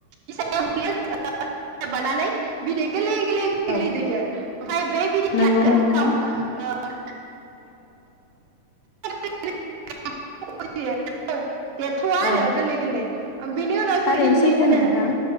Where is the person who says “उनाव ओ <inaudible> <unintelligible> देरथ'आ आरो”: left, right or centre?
Right